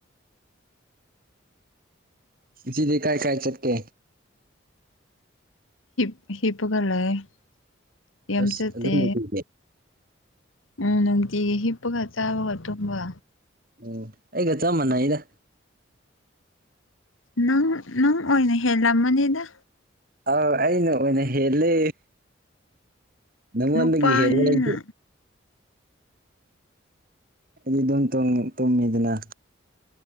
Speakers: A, on the right (about 45°); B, on the left (about 85°).
A: ꯖꯤ ꯗ ꯀꯥꯏꯑ ꯀꯥꯏ ꯆꯠꯀꯦ
B: ꯍꯤꯞ ꯍꯤꯄꯒꯂꯑ ꯑꯦꯝꯆ
A: ꯑꯁ ꯑꯗꯨꯝ
B: ꯇ
A: ꯂꯩꯌꯦ
B: ꯎꯝ ꯅꯇꯒꯤ ꯍꯤꯞꯒ ꯆꯥꯕꯒ ꯇꯨꯝꯝꯕ
A: ꯎꯝ ꯑꯩꯒ ꯆꯃꯅꯥ ꯏꯗ
B: ꯅꯪ ꯅꯪ ꯑꯣꯏꯅ ꯍꯦꯜꯂꯝꯃꯅꯤꯗ
A: ꯑꯥ ꯑꯩꯅ ꯑꯣꯏꯅ ꯍꯦꯜꯂꯦ ꯅꯝꯕꯣꯟꯟꯒꯤ
B: ꯅꯨꯄꯥꯅꯤꯅ
A: ꯍꯦꯔꯥꯏꯦ ꯑꯗꯨ ꯑꯗꯨꯝ ꯇꯣꯡ ꯇꯨꯝꯃꯤꯗꯅ